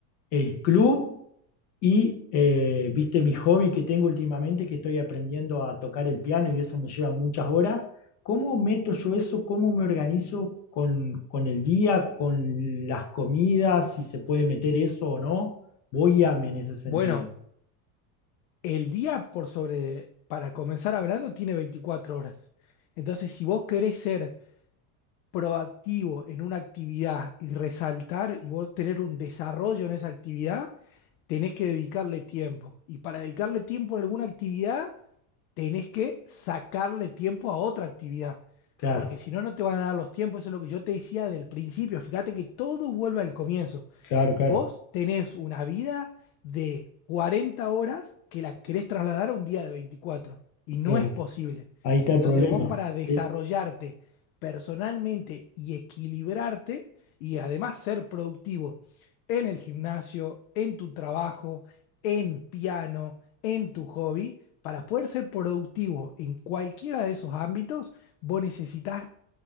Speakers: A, on the left; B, on the left.
A: el club y, eh, viste, mi hobby que tengo últimamente, que estoy aprendiendo a tocar el piano y eso me lleva muchas horas. ¿Cómo meto yo eso? ¿Cómo me organizo con, con el día, con las comidas, si se puede meter eso o no? Voy a en ese sentido.
B: Bueno, el día por sobre, para comenzar hablando, tiene 24 horas. Entonces, si vos querés ser proactivo en una actividad y resaltar y vos tener un desarrollo en esa actividad, tenés que dedicarle tiempo. Y para dedicarle tiempo a alguna actividad, tenés que sacarle tiempo a otra actividad,
A: Claro,
B: porque si no, no te van a dar los tiempos. Eso es lo que yo te decía del principio. Fíjate que todo vuelve al comienzo.
A: claro, claro.
B: Vos tenés una vida de 40 horas que la querés trasladar a un día de 24 y no
A: Eh,
B: es posible.
A: ahí está
B: Entonces
A: el problema.
B: vos para desarrollarte
A: Sí,
B: personalmente y equilibrarte y además ser productivo en el gimnasio, en tu trabajo, en piano, en tu hobby, para poder ser productivo en cualquiera de esos ámbitos, vos necesitas